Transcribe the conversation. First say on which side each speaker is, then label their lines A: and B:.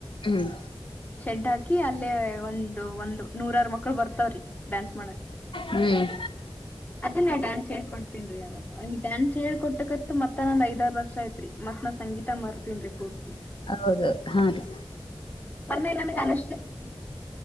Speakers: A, on the left (about 65°); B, on the left (about 15°).
A: ಹ್ಮ್
B: ಶೆಡ್ ಹಾಕಿ ಅಲ್ಲೇ ಒಂದು ಒಂದು ನೂರಾರ ಮಕ್ಳು ಬರ್ತವ್ರಿ ಡಾನ್ಸ್ ಮಾಡಕ್
A: ಹ್ಮ್
B: ಅದನೆ ಡಾನ್ಸ್ ಹೇಳ್ಕೊಡತೀನಿರಿ ಅವ್ರ್ ಡ್ಯಾನ್ಸ್ ಹೇಳ್ಕೊಟ್ಟಕತ್ ಮತ್ತ ನಾನ ಐದಾರು ವರ್ಷ ಆಯತ್ರಿ ಮತ್ ನಾ ಸಂಗೀತ ಮರ್ತನ್ ರಿ ಪೂರ್ತಿ
A: ಹೌದೌದು ಹಾ ರೀ
B: ಮೊನ್ನೆ ನನ್ಗೆ ಅನಷ್ಟ ಸಿ